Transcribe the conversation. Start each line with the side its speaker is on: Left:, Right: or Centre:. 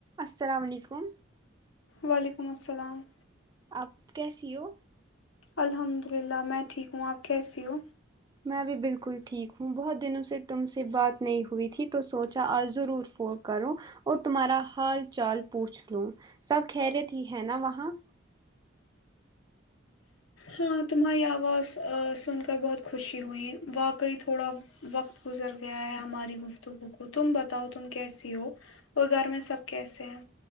Right: السلام وعلیکم
Left: وعلیکم السلام
Right: آپ کیسی ہو
Left: الحمد للہ میں ٹھیک ہوں آپ کیسی ہو
Right: میں بھی بالکل ٹھیک ہوں بہت دنوں سے تم سے بات نہیں ہوئی تھی تو سوچا آج ضرور فون کروں اور تمہارا حال چال پوچھ لوں سب خریت ہی ہے نا وہاں
Left: ہاں تمہاری آواز سن کر بہت خوشی ہوئی واقعی تھوڑا وقت گزر گیا ہے ہماری گفتگو کو تم بتاؤ تم کیسی ہو اور گھر میں سب کیسے ہیں